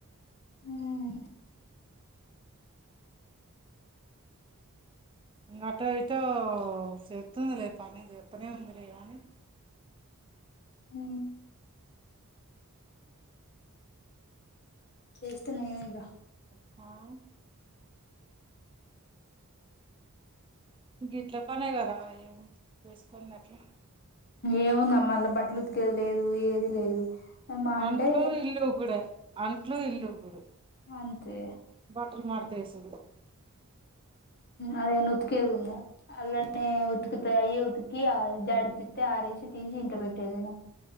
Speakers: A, on the left; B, on the right.
A: మ్మ్
B: అట్లయితే చెతుందిలే పని చెతనే ఉందిలే కానీ
A: ఉ చేస్తున్నాయ ఇగా
B: ఆ గీట్ల పనే కరా అయ్యో చూసుకోండి అట్ల
A: ఏముందమ్మళ్ళ బట్టలు ఉతికేది లేదు ఏది లేదు అమ్మా అంటే
B: అంట్లు ఇల్లు కూగుడే అంట్లు ఇల్లు ఇగూడు
A: అంతే
B: బాటల్ మారతే వేశాడు
A: అదే అన్న ఉతికేదిందా అల్లనే ఉతికితే అయ్యి ఉతికి జాడి చిత్ ఆరేసి తీసి ఇట్ పెట్టేదేమో.